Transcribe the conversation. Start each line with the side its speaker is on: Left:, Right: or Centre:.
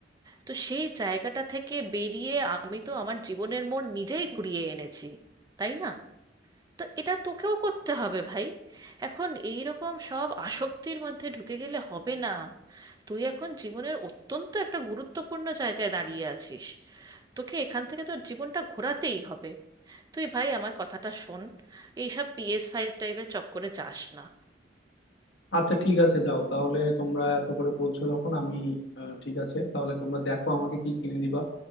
Right: তো সেই জায়গাটা থেকে বেরিয়ে আমি তো আমার জীবনের মোড় নিজেই ঘুরিয়ে এনেছি তাই না তো এটা তোকেও করতে হবে ভাই এখন এই রকম সব আসক্তির মধ্যে ঢুকে গেলে হবে না তুই এখন জীবনের অত্যন্ত একটা গুরুত্বপূর্ণ জায়গায় দাঁড়িয়ে আছিস তোকে এখান থেকে তোর জীবনটা ঘোরাতেই হবে তুই ভাই আমার কথাটা শোন এইসব পিএস ফাইভ টাইপের চক্করে যাস না
Left: আচ্ছা ঠিক আছে যাও তাহলে তোমরা এত করে বলছো যখন আমি আহ, ঠিক আছে তাহলে তোমরা দেখো আমাকে কি কিনে দিবা